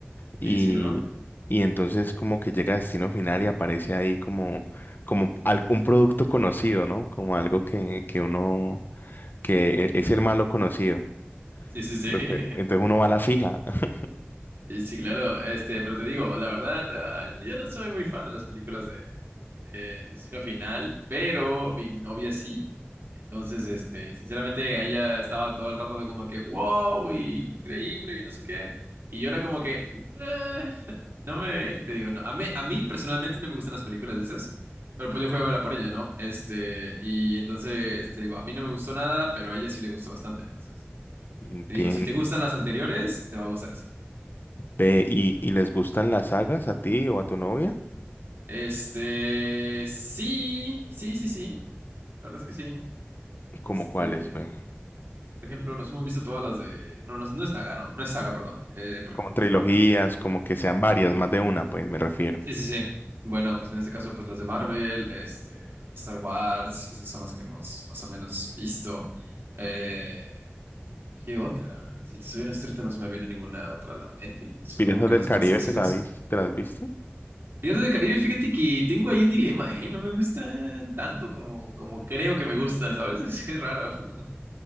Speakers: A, on the left; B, on the right.
A: Y,
B: Sí, sí, claro.
A: y entonces como que llega a Destino Final y aparece ahí como, como al- un producto conocido, ¿no? Como algo que, que uno... que e- es el malo conocido.
B: Sí, sí, sí.
A: Entonces,
B: <laughs>
A: entonces uno va a la fija. <laughs>
B: Sí, sí, claro. Este, pero te digo, la verdad, ah, yo no soy muy fan de las películas de eh, Destino Final, pero mi novia sí. Entonces, este, sinceramente, ella estaba todo el rato de como que, wow, y increíble, y no sé qué. Y yo era como que, "Nah", no me, te digo, no, a mí, a mí personalmente no me gustan las películas de esas, pero pues yo fui a verla por ella, ¿no? Este, y entonces, te digo, a mí no me gustó nada, pero a ella sí le gustó bastante. Entonces,
A: Entiendo.
B: te digo, si te gustan las anteriores, te va a gustar esa.
A: Ve, ¿y, y les gustan las sagas a ti o a tu novia?
B: Este, sí, sí, sí, sí. La verdad es que sí. Este,
A: ¿Como cuáles, ve?
B: Por ejemplo, nos hemos visto todas las de. Bueno, no, es no es saga ¿no? No es Saga, perdón. Eh, por
A: Como
B: ejemplo,
A: trilogías,
B: las de Marvel.
A: como que sean varias, más de una, pues me refiero.
B: Sí, sí, sí. Bueno, pues en este caso, pues las de Marvel, este, las de Star Wars, esas son las que hemos más o menos visto. Eh, ¿qué otra? Si te soy honesto, ahorita no se me viene ninguna otra a la mente. Esas son
A: ¿Piratas
B: como que
A: del
B: las
A: Caribe
B: más básicas.
A: te la vis- te las viste?
B: Piratas de Caribe, fíjate que tengo ahí un dilema, ¿eh? No me gustan tanto como, como creo que me gustan, ¿sabes? <laughs> Es raro. <laughs>